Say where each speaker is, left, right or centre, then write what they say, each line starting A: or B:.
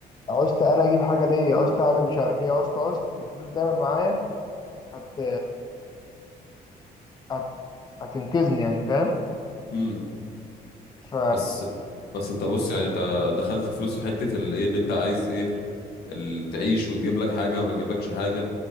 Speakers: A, on the left; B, on the left.
A: عوزت أنا أجيب حاجة ليا عوزت أعمل مش عارف إيه عوزت عوزت الفلوس دايما معايا هت... هت... هتنقذني يعني فاهم
B: امم
A: ف
B: بس بس انت بص يعني انت دخلت فلوس في حتة الايه ان انت عايز ايه ال- تعيش وتجيب لك حاجة ما تجيبلكش حاجة